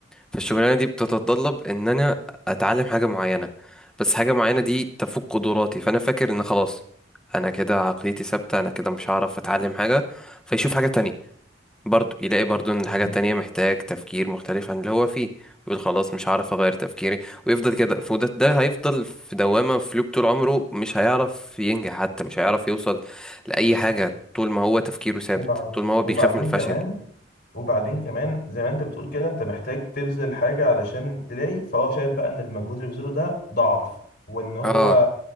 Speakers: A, in the centre; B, on the left (about 60°).
A: فالشغلانه دي بتتطلب ان انا اتعلم حاجه معينه بس حاجه معينه دي تفوق قدراتي فانا فاكر ان خلاص انا كده عقليتي ثابته انا كده مش هعرف اتعلم حاجه فيشوف حاجه تانية برضو يلاقي برضو ان الحاجة
B: مم.
A: التانية محتاج تفكير مختلف عن اللي هو فيه يقول خلاص مش هعرف اغير تفكيري ويفضل كده فده ده هيفضل في دوامة في لوب طول عمره مش هيعرف ينجح حتى مش هيعرف يوصل لأي حاجة طول ما هو تفكيره ثابت
B: وبعد
A: طول ما هو
B: وبعدين
A: بيخاف من الفشل
B: كمان وبعدين كمان زي ما انت بتقول كده انت محتاج تبذل حاجة علشان تلاقي فهو شايف بقى ان المجهود اللي بيبذله ده ضعف وان هو
A: اه